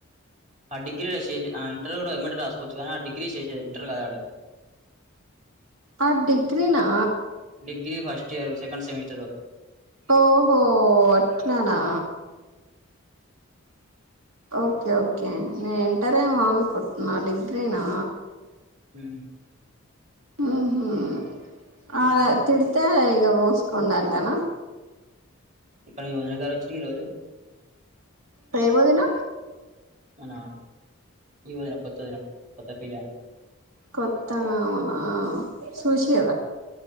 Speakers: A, on the right; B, on the right.
A: ఆ డిగ్రీలా చేస ఆ ఇంటర్ కూడా ఎ రాసుకోవచ్చు కానీ ఆ డిగ్రీ చేసేది ఇంటర్ కదాడు
B: ఆ డగరనా
A: degree first year second semester చలో
B: ఓహో అట్లానా ఓకే ఓకే నే ఇంటర్ ఏమో అనుకుంటున్నా డిగ్రీనా
A: హమ్
B: ఉ హమ్ తిడ్తే ఈగ పోస్కుండనంటన
A: ఇక్కడ యోజన గారు వచ్చారు ఈ రోజు
B: ప్రేమోదిన
A: మన ఈ వదిన కొత్త వదిన కొత్త పెళ్లి ఆమె
B: కొత్తగా అవునా చుషిర